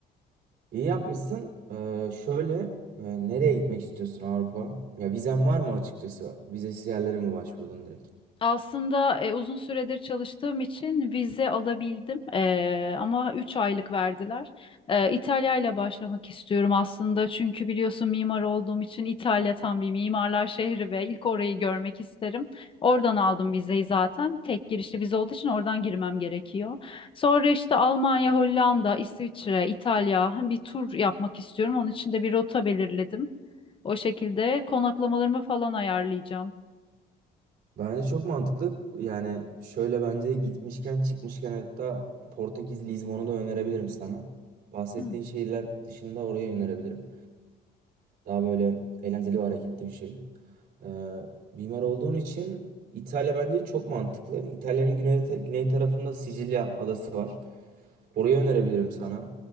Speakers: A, on the right; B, on the left.
A: İyi yapmışsın. Ee, şöyle e, nereye gitmek istiyorsun Avrupa? Ya vizen var mı açıkçası? Vizesiz yerlere mi başvurdun direkt?
B: Aslında e, uzun süredir çalıştığım için vize alabildim E, ama 3 aylık verdiler. E, İtalya ile başlamak istiyorum aslında çünkü biliyorsun mimar olduğum için İtalya tam bir mimarlar şehri ve ilk orayı görmek isterim. Oradan aldım vizeyi zaten tek girişli vize olduğu için oradan girmem gerekiyor. Sonra işte Almanya, Hollanda, İsviçre, İtalya bir tur yapmak istiyorum. Onun için de bir rota belirledim. O şekilde konaklamalarımı falan ayarlayacağım.
A: Bence çok mantıklı. Yani şöyle bence gitmişken çıkmışken hatta Portekiz Lizbon'u da önerebilirim sana. Bahsettiğin
B: Hı.
A: şehirler dışında oraya önerebilirim. Daha böyle eğlenceli ve hareketli bir şehir. Ee, mimar olduğun için İtalya bence çok mantıklı. İtalya'nın güney, güney tarafında Sicilya adası var. Orayı önerebilirim sana.